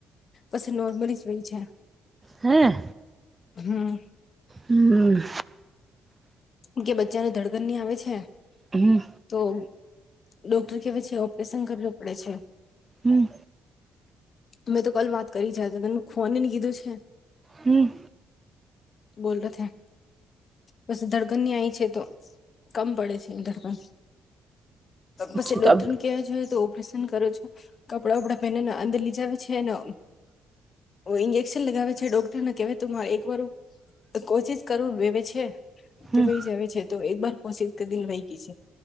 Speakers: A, on the left; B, on the right.
A: બસ નોર્મલી જ વહી છે.
B: હા
A: હમ
B: હમ
A: કે બચ્ચાને ધડગન ની આવે છે.
B: હમ
A: તો ડોક્ટર કેવા છે ઓપરેશન કરવું પડે છે
B: હમ
A: અમે તો કલ વાત કરી જ હતા ત ખોનીને કીધું છે
B: હમ
A: બોલ ર થ બસ ધડકન ની આહીં છે, તો કમ પડે છે ધરકન
B: અચ્છા
A: પછી ડોક્ટર
B: તો અબ
A: ને કેયે છે તો ઓપરેશન કરો છ કપડા વપડા પહેરને અંદર લીજાવી છે ના ઈન્જેક્શન લગાવે છે ડોક્ટરને કેહેય તું મારે એક વાર કોશિશ કરું વવે છે. છે તો
B: હમ
A: કઈ જ આવે છે તો એક બર પોહચી કે દય વાયગી છે